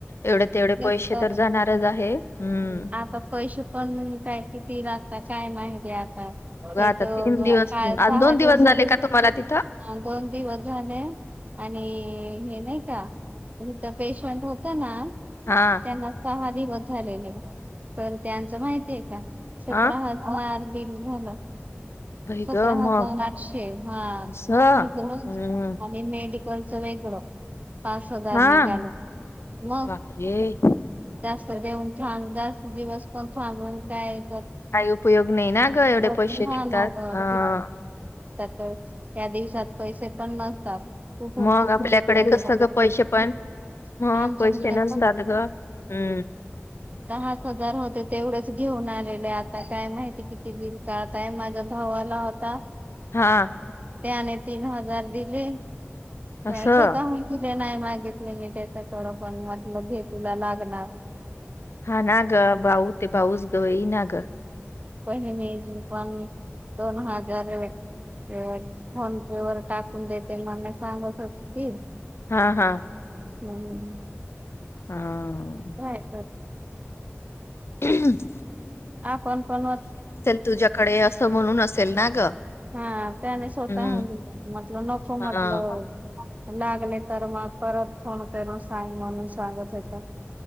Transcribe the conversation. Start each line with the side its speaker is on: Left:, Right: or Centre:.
Right: ह्
Left: एवढे तेवढे
Right: <unintelligible>
Left: पैसे तर जाणारच आहे हम्म
Right: आता. पैसे पण काय किती लागता काय माहिती आता.
Left: ग
Right: ते
Left: आता
Right: तर
Left: तीन दिवस
Right: काल सहा
Left: आज दोन
Right: दिव
Left: दिवस
Right: <unintelligible>
Left: झाले का तुम्हाला तिथं
Right: दोन दिवस झाले. आणि हे नाही का इथ पेशंट हो त ना
Left: हा!
Right: त्यांना सहा दिवस झालेले. तर त्याचं माहिती आहे का! सतरा
Left: हा
Right: हजा फार बिल झालं.
Left: बाई
Right: सतरा
Left: ग
Right: हजार
Left: मग
Right: आठशे हा
Left: असं
Right: हे <unintelligible>
Left: हम्म
Right: हे मेडिकलच वेगळं, पाच हजार
Left: हा
Right: निघाल. मग,
Left: बापरे
Right: जास्त देऊन थांब जास्त दिवस पण थांबून काय कर
Left: काही उपयोग नाही ना! ग
Right: <unintelligible>
Left: एवढे
Right: आता
Left: पैसे निघतात हा.
Right: तर त्या दिवसात पैसे पण नसतात. कुठून
Left: मग
Right: कुठूनु
Left: आपल्याकडे कसं ग पैसे पण
Right: <unintelligible>
Left: मग
Right: आमच्या
Left: पैसे नसतात ग हम्म
Right: दहाच हजार होते, तेवढेच घेऊन आलेले आता काय माहिती किती बिल काढताय माझा भाऊ आला होता.
Left: हा!
Right: त्याने तीन हजार दिले.
Left: असं
Right: वस होत नाही मागितले मी त्याच्याकडं पण म्हटलं घेतूला लागणार.
Left: हा ना ग! भाऊ ते भाऊच जवळी नाग!
Right: बहिणीने पण दोन हजार फोन पे वर टाकून देते मला सांगत होती ती,
Left: हा, हा!
Right: हम्!
Left: ह....
Right: <unintelligible> तर.
Left: हम <inaudible>
Right: आप आपण पण <unintelligible>
Left: तुझ्याकडे असं म्हणून असेल ना ग.
Right: हा, त्याने स्वतःहून
Left: हम्म
Right: दिलं म्हटल नको
Left: हा
Right: म्हटलं लागले तर मग परत फोन कर साग म्हणून सागत होता.